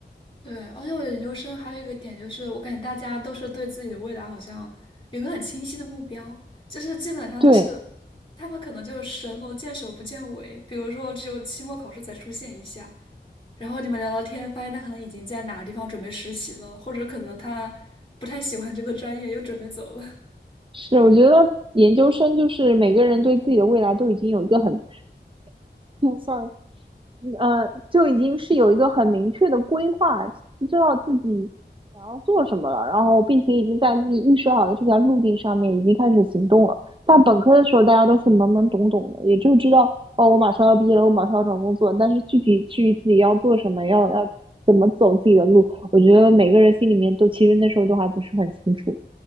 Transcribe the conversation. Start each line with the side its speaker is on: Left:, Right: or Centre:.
Left: 对。而且我觉得研究生还有一个点就是，我感觉大家都是对自己的未来好像有个很清晰的目标，就是基本上就是
Right: 对，
Left: 他们可能就是神龙见首不见尾，比如说只有期末考试才出现一下，然后你们聊聊天，发现他可能已经在哪个地方准备实习了，或者可能他不太喜欢这个专业，又准备走了。<laughs>
Right: 是我觉得研究生就是每个人对自己的未来都已经有一个很 <laughs>。嗯，就已经是有一个很明确的规划，知道自己想要做什么了，然后并且已经在自己预设好的这条路径上面已经开始行动了。但本科的时候，大家都是懵懵懂懂的，也就知道哦，我马上要毕业了，我马上要找工作，但是具体至于自己要做什么，要要怎么走自己的路，我觉得每个人心里面都其实那时候都还不是很清楚，